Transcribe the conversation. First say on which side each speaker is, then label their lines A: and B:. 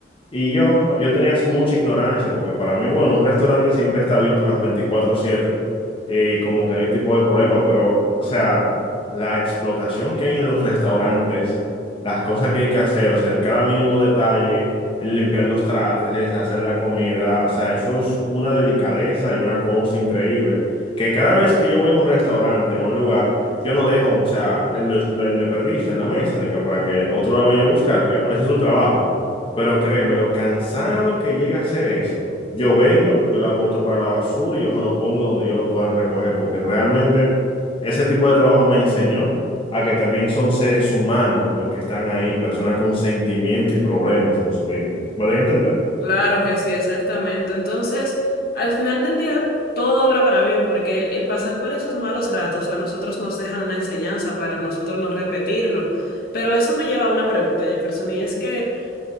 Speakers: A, on the left; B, on the left.
A: Y yo, yo tenía mucha ignorancia, porque para mí, bueno, un restaurante siempre está abierto las veinticuatro siete eh, como que no hay tipo de problema, pero, o sea, la explotación que hay en los restaurantes, las cosas que hay que hacer, o sea, el cada mínimo detalle, el limpiar los trates, el hacer la comida, o sea, eso es una delicadeza y una cosa increíble. Que cada vez que yo voy a un restaurante o a un lugar, yo no dejo, o sea, el, el desperdicio en la mesa, de que para que otro la vaya a buscar, que ese es su trabajo. Pero créeme, lo cansado que llega a ser eso. Yo vengo, yo la boto para la basura y yo se lo pongo donde yo lo puedan recoger, porque realmente ese tipo de trabajo me enseñó a que también son seres humanos los que están ahí, personas con sentimiento y problemas en su vida. ¿Me voy a entender?
B: claro que sí, exactamente. Entonces, al final del día, todo obra para bien, porque el pasar por esos malos ratos a nosotros nos dejan una enseñanza para nosotros no repetirlo. Pero eso me lleva a una pregunta, Jefferson, y es que